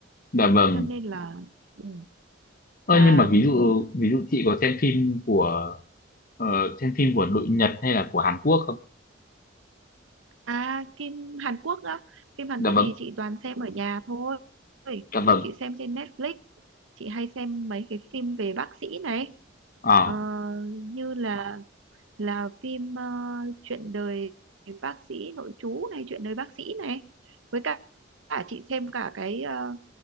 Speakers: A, on the left; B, on the right.
A: Dạ vâng.
B: cho nên là ừ.
A: Ơ,
B: mà
A: nhưng mà ví dụ ví dụ chị có xem phim của ờ, xem phim của đội Nhật hay là của Hàn Quốc không?
B: à phim Hàn Quốc á phim Hàn
A: Dạ
B: Quốc
A: vâng.
B: thì chị toàn xem ở nhà thôi
A: Dạ vâng.
B: chị xem trên Netflix chị hay xem mấy cái phim về bác sĩ này
A: Ờ,
B: Ờ, như là là phim ờ, chuyện đời bác sĩ nội trú này chuyện đời bác sĩ này với cả, cả chị xem cả cái ờ,